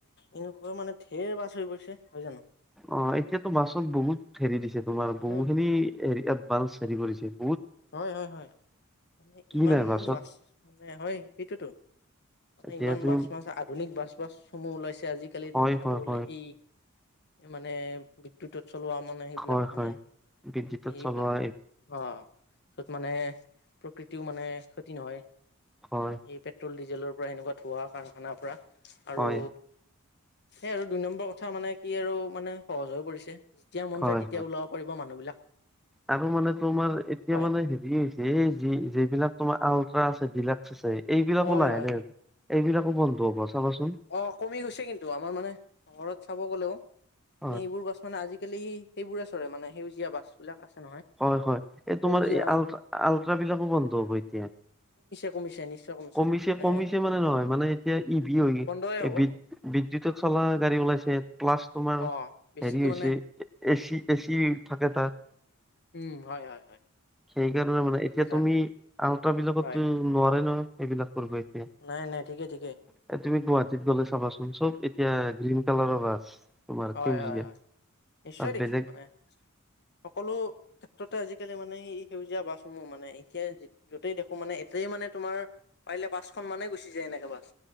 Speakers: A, on the left; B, in the centre.
A: এনেকুৱা মানে ঢেৰ বাছ হৈ পৰিছে হয় জানো
B: অ এতিয়াতো মাছত বহুত হেৰি দিছে তোমাৰ
A: অ
B: বহুখিনি হৰি বাল চাৰি পৰিছে
A: হয় হয় হয় মানে
B: কি
A: ইমান
B: নাই বাছত
A: বাছ মানে হয় সেইটোতো মানে
B: এতিয়া
A: ইমান
B: তুমি
A: বাছ বাাছ আধুনিক বাছ বাছসমূহ ওলাইছে আজিকালি
B: হয়
A: তুমি চাব
B: হয়
A: গলে
B: হয়
A: এই মানে বিদ্যুতত চলোৱা মানে সেইবিলাক
B: হয়
A: মানে
B: হয় বিদ্যুতত
A: এইবিলাক
B: চলোৱা
A: অ য'ত মানে প্ৰকৃতিও মানে ক্ষতি নহয়
B: হয়
A: এই পেট্ৰল ডিজেলৰ পৰা এনেকুৱা ধোৱা কাৰখানাৰ পৰা আৰু
B: হয়
A: সেই আৰু দুই নম্বৰ কথা কথা মানে কি আৰু মানে সহজ হৈ পৰিছে যেতিয়া মন
B: হয়
A: যায়
B: হয়
A: তেতিয়া ওলাব পাৰিব মানুহ বিলাক
B: আৰু মানে তোমাৰ এতিয়া
A: হয়
B: মানে হেৰি হৈছে এই যি যিবি যিবিলাক তোমাৰ আল্ট্ৰা আছে ডিলাক্স চেচাৰি এইবিলাকো
A: হয়
B: নাই
A: হয়
B: এইবিলাকো বন্ধ হ'ব চাবাচোন
A: অ কমি গৈছে কিন্তু আমাৰ মানে চহৰত চাব গ'লে মানে
B: হয়
A: এইবোৰ বাচ মানে আজিকালি সেইবোৰ আছ মানে সেউজীয়া বাছ বিলাক আছে নহয়
B: হয় হয় এই
A: সেউজীয়া
B: তোমাৰ এই আলট আলট্ৰ বিলাকো বন্ধ হ'ব এতিয়া
A: কমিছে কমিছে নিশ্চয়
B: কমিছে
A: মানে
B: কমিছে মানে নহয় মানে এতিয়া ই ভি বি
A: বন্ধই হ'ব
B: এই বিদ বিদ্যুত চলা গাড়ীও ওলাইছে প্লাছ তোমাৰ
A: অ বেছিকে
B: হেৰি হৈছে
A: মানে
B: এচি এচি থাকে তাত
A: উম হয় হয় হয়
B: সেইকাৰণে মানে
A: ঠিক
B: এতিয়া
A: কথা
B: তুমি আলট্ৰ বিলাকতো
A: হয়
B: নোৱাৰে নহয় এইবিলাক কৰিব এতিয়া এ
A: নাই নাই ঠিকে ঠিকে
B: তুমি গুৱাহাটীৰ গলে চাবাচোন চব এতিয়া এতিয়া গ্ৰীন কালাৰৰ বাছ তোমাৰ
A: হয়
B: সেউজীয়া
A: হয় হয় নিশ্চয়
B: তাত
A: দেখিছো
B: বেলেগ
A: মানে সকলো ক্ষেত্ৰতে আজিকালি মানে ই সেউজীয়া বাছসমূহ মানে এতিয়া যতেই দেখো মানে এতেই মানে তোমাৰে বাচখন মানে গুচি যায় এনেকে বাছ